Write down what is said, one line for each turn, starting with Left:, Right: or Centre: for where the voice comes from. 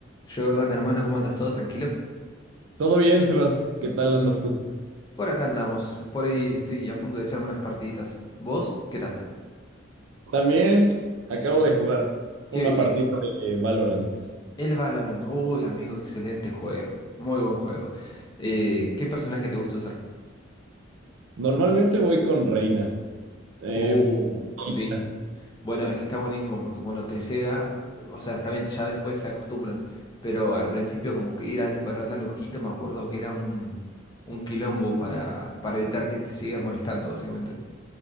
Left: Jordan, hermano, ¿cómo andas? ¿Todo tranquilo?
Right: Todo bien, Sebas. ¿Qué tal andas tú?
Left: Por acá andamos. Por ahí estoy a punto de echarme unas partiditas. ¿Vos? ¿Qué tal?
Right: También acabo de jugar
Left: ¿Qué,
Right: una
Left: qué?
Right: partida de Valorant.
Left: El Valorant. Uy, amigo, excelente juego. Muy buen juego. Eh, ¿qué personaje te gusta usar?
Right: Normalmente voy con Reina. eh,
Left: Uh, sí.
Right: lista.
Left: Bueno, es que está buenísimo porque cuando te cega, o sea, está bien, ya después se acostumbran. Pero al principio como que ir a dispararle al ojito, me acuerdo que era un, un quilombo para, para evitar que te siga molestando, básicamente.